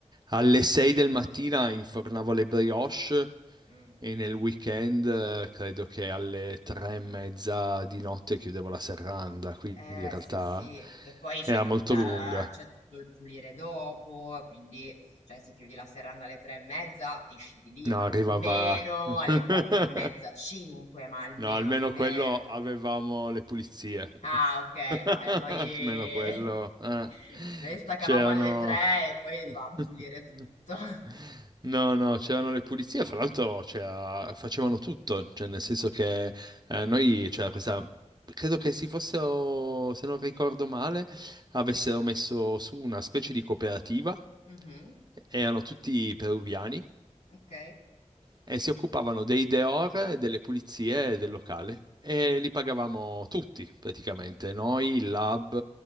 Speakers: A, on the right; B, on the left.
A: alle 6 del mattina infornavo le brioche
B: Mm.
A: e nel weekend eh, credo che alle 3 e mezza di notte chiudevo la serranda, quindi
B: Eh
A: in realtà
B: sì sì, e poi c'è
A: era
B: tutta,
A: molto lunga.
B: c'è tutto il pulire dopo, quindi cioè, se chiudi la serranda alle tre e mezza, esci di lì
A: No,
B: almeno
A: arrivava <laughs>
B: alle quattro e mezza, cinque, ma almeno
A: No, almeno
B: almeno.
A: quello avevamo le pulizie.
B: Ah ok,
A: <laughs>
B: no, eh, noi...
A: Almeno quello. eh.
B: <laughs> noi staccavamo
A: C'erano.
B: alle tre e poi
A: <laughs>
B: dovevamo pulire tutto. <laughs>
A: No, no, c'erano le pulizie, fra l'altro c'era- facevano tutto, cioè nel senso che eh, noi c'era questa, credo che si fossero, se non ricordo male, avessero messo su una specie di cooperativa,
B: Mhm,
A: erano tutti peruviani
B: ok,
A: e si occupavano dei deor e delle pulizie del locale. E li pagavamo tutti, praticamente, noi, il lab,